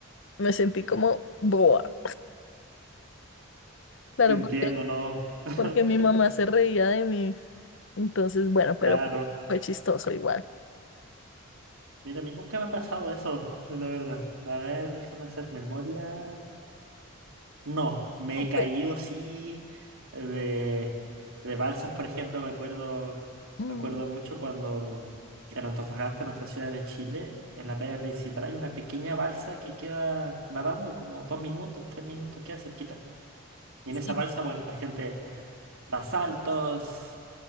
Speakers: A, on the left; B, on the right.
A: Me sentí como boba. Claro,
B: Te entiendo,
A: porque,
B: ¿no? <laughs>
A: porque mi mamá se reía de mí. Entonces, bueno,
B: Claro.
A: pero fue fue chistoso igual.
B: Mira, a mí nunca me ha pasado eso, la verdad. A ver, déjame hacer memoria. No, me
A: Aunque,
B: he caído sí de, de balsas, por ejemplo, me acuerdo,
A: mm,
B: me acuerdo mucho cuando en Antofagasta, en nuestra ciudad de Chile, en la playa principal hay una pequeña balsa que queda nadando como dos minutos, tres minutos, queda cerquita. Y
A: sí.
B: en esa balsa, bueno, la gente da saltos,